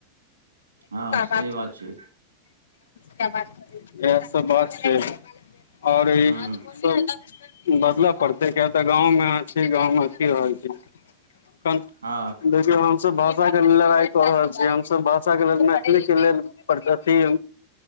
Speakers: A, on the right; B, on the left.
A: हँ सही
B: बात
A: छै
B: <unintelligible> इएह सब बात छै और ई
A: हूँ
B: सब बदलऽ पड़तै किया तऽ, गाँवमे अहाँ छी, गाँवमे अथि रहल छी, तहन
A: हँ
B: देखियौ हमसब भाषाके लेल लड़ाई कऽ रहल छी, हमसब भाषाके लेल मैथिलीके लेल प्रगति